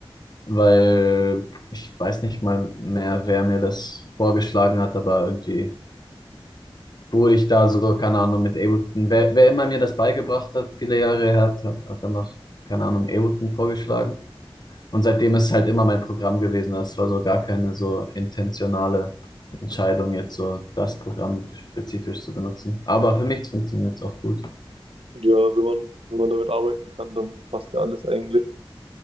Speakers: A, on the left; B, on the right.
A: weil ich weiß nicht mal mehr, wer mir das vorgeschlagen hat, aber irgendwie wurde ich da so, keine Ahnung, mit Ableton. Wer, wer immer mir das beigebracht hat, viele Jahre her, hat, hat danach, keine Ahnung, Ableton vorgeschlagen. Und seitdem ist halt immer mein Programm gewesen. Das war so gar keine so intentionale Entscheidung, jetzt so das Programm spezifisch zu benutzen. Aber für mich funktioniert es auch gut.
B: Und ja, wenn man, wenn man damit arbeiten kann, dann passt ja alles eigentlich.